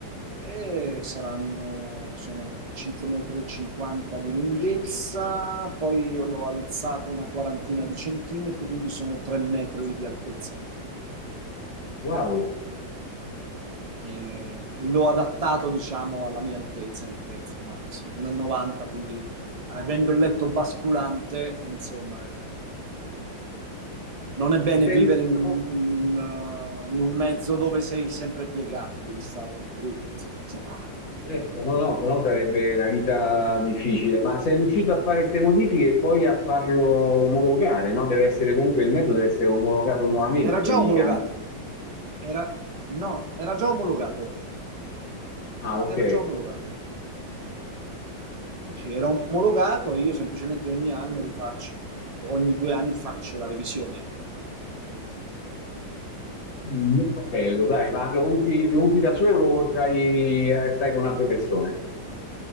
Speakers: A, on the right; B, on the left.
A: eh, saranno, sono 5,50 m di lunghezza, poi io l'ho alzato una quarantina di centimetri, quindi sono 3 metri di altezza.
B: Wow!
A: Eh, l'ho adattato, diciamo, alla mia altezza, perché insomma, sono 1,90, quindi avendo il letto basculante, insomma, eh, non è bene
B: E sei
A: vivere
B: riuscito,
A: in un, in un, eh, in un mezzo dove sei sempre piegato, devi stare dritto. insomma.
B: Certo, no, no, però sarebbe una vita difficile. Ma sei riuscito a fare queste modifiche e poi a farlo omologare, no? Deve essere comunque il mezzo deve essere omologato nuovamente
A: Era già
B: se gli
A: omologato.
B: cambi.
A: Era, no, era già omologato.
B: Ah, ok.
A: Era già omologato. Sì, sì, era omologato, io semplicemente ogni anno rifaccio, ogni due anni faccio la revisione.
B: Molto bello, dai, ma lo usi, lo usi da solo o stai, eh, stai con altre persone?